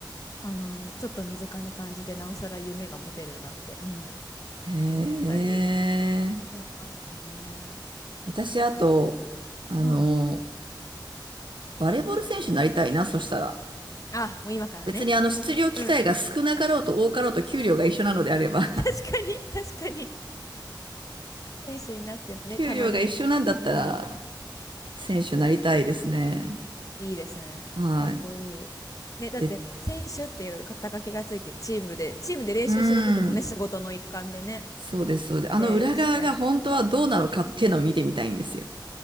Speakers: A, on the left; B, on the right.
A: あのちょっと身近に感じてなおさら夢が持てるなって、うん、
B: え。
A: 思ったりしますね。
B: 私、あと、
A: そ
B: あの、
A: うはい
B: バレーボール選手になりたいな、そしたら。
A: あもう今からね。
B: 別にあの、出場機会が少なかろうと多かろうと給料が一緒なのであれば
A: うんうん、確かに確かに選手になってねたまに、
B: <laughs> 給料が一緒なんだったら、
A: うん、
B: 選手になりたいですね。
A: いいですねかっこいい。
B: はい。
A: ね、だって選手っていう肩書きがついてチームでチームで練習することもね仕事の一環でね
B: で、うん。そうです、そうです。あの裏側が本当はどうなのかっていうのを見てみたいんですよ。
A: で試合に出て、うん、